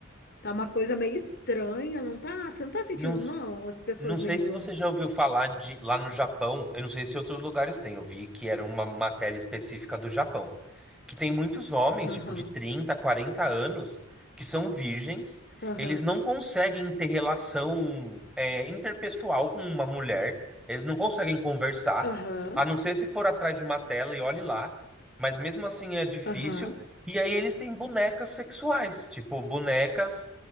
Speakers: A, on the left; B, in the centre.
A: tá uma coisa meio estranha, não tá? Você não tá sentindo,
B: Não, s-
A: não? As pessoas
B: não sei
A: meio.
B: se você já ouviu falar de lá no Japão, eu não sei se outros lugares têm, eu vi que era uma matéria específica do Japão. que tem muitos homens,
A: Aham,
B: tipo, de 30, 40 anos, que são virgens,
A: aham,
B: eles não conseguem ter relação, é, interpessoal com uma mulher, eles não conseguem conversar,
A: aham,
B: a não ser se for atrás de uma tela e olhe lá, mas mesmo assim é difícil.
A: aham,
B: E aí eles têm bonecas sexuais, tipo, bonecas